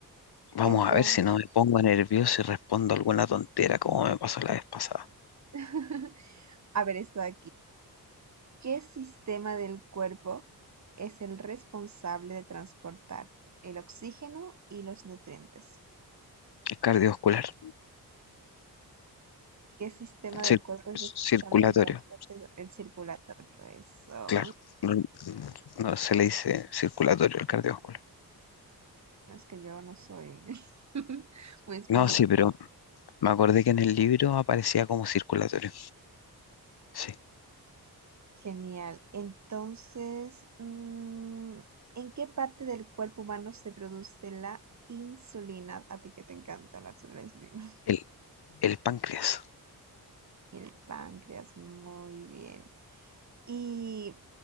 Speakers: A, on the left (about 85°); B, on the right (about 45°).
A: Vamos
B: Entonces,
A: a ver si no me pongo nervioso y respondo alguna tontera como me pasó la vez pasada.
B: <laughs> a ver esto de aquí. ¿Qué sistema del cuerpo es el responsable de transportar el oxígeno y los nutrientes?
A: Es cardiovascular,
B: ¿Qué sistema
A: cir-
B: del cuerpo es
A: circulatorio,
B: responsable del transporte do- el circulatorio? Eso,
A: claro.
B: muy
A: No, no se le dice circulatorio al cardiovascular.
B: bien, es que yo no soy <laughs> muy especialista.
A: No, sí, pero me acordé que en el libro aparecía como circulatorio. Sí,
B: Genial. Entonces, mm, ¿en qué parte del cuerpo humano se produce la insulina? A ti que te encanta hablar sobre la insulina. <laughs>
A: el, el páncreas.
B: El páncreas, muy bien. Y